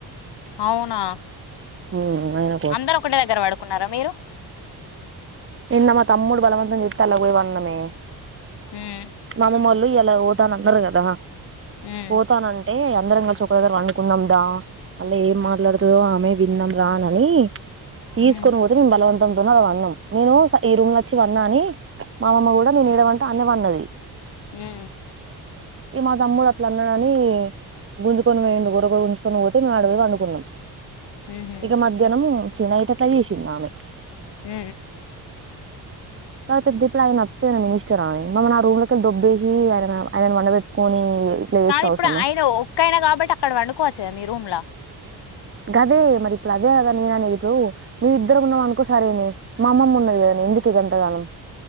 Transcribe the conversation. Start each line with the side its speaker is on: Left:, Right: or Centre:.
Left: అవునా
Right: ఉమ్ అయిన
Left: అందరు ఒకటే దగ్గర పడుకున్నారా మీరు
Right: నిన్న తమ్ముడు బలవంతం చేస్తే అన్ల పోయి పన్నమే
Left: ఉం
Right: మా అమ్మమ్మ వాళ్ళు ఎలా పోతాన అన్నారు కదా
Left: ఉమ్
Right: పోతానని అంటే అందరం కలిసి ఒక దగ్గర పడుకుందాం దా మళ్ళ ఏం మాట్లాడుతుందో ఆమె విందాం రా అని తీసుకొని
Left: ఉమ్
Right: పోతే మేము బలవంతంతోన అలా వన్నాం నేను ఈ రూమ్ల వచ్చి వన్నా అని మా అమ్మమ్మ కూడా నేను ఏడపంటే అన్నే పన్నది
Left: ఆ
Right: ఈ మా తమ్ముడు అట్లా అన్నాడని గుంజుకొని పోయిండు గుర్ర గుర్ర గుంజుకొని పోతే మే ఆడ పోయి వండుకున్నాం
Left: ఉహు
Right: ఇక మధ్యాహ్నం చి నైటు అట్లా చేసిందామె
Left: హ
Right: కా పెద్ద ఇప్పుడు ఆయన అత్తేన మినిస్టర్ అని మమ్మని ఆ రూమ్ లో క దుబ్బేసి ఆయన ఆయన వండబెట్టుకొని ఇట్లా చేసుడు
Left: కానీ ఇప్పుడు
Right: అవసరమా
Left: ఆయన ఒక్కైనా కాబట్టి అక్కడ వండుకోవచ్చు కదా మీ రూమ్లా
Right: గదే మరి ఇప్పుడు అదే కదా నేన అనేది ఇప్పుడు నువ్ ఇద్దరు ఉన్నావు అనుకో సరేనే మా అమమ్మ ఉన్నది కదనే ఎందుకకి గంతగానం